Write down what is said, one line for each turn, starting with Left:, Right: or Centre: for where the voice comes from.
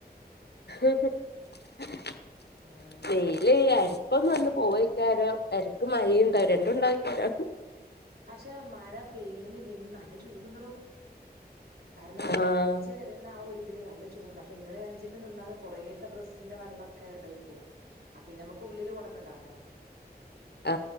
Left: <unintelligible>
Right: ഉം.
Left: ല്യയ് എടക്കൊന്ന് വന്ന് പോവയ്ക്കാരം. എടക്ക് മയിണ്ടാവും
Right: ഉം.
Left: രണ്ടും ഉണ്ടായ്ക്കാരം
Right: പക്ഷെ മഴ പെയ്യുണ്ഇല്ലെങ്കിലും നല്ല ചൂട്ണ്ടടോ. കാരണം
Left: ആഹ്
Right: ഉദിച്ചു വര് ന്നാആ ഒരു ഇതില് നല്ല ചൂടുണ്ട്. അപ്പൊ ഇങ്ങനെ ഒര് അഞ്ചിൻറ്റ് നിന്നാലും കുറേ ഒക്കെ ഡ്രസ്സിന്റെ വള്ള ഒക്കെ ഇതായി പോവും. അപ്പ പിന്നെ നമുക്ക് ഉള്ളില് കൊടന്നിടാലോ
Left: ആ